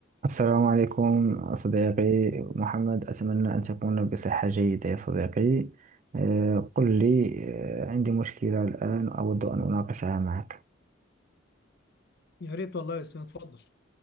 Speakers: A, on the right; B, on the left.
A: السلام عليكم صديقي محمد أتمنى أن تكون بصحة جيدة يا صديقي آه، قل لي آه، عندي مشكلة الآن أود أن أناقشها معك
B: يا ريت والله يا ياسين اتفضل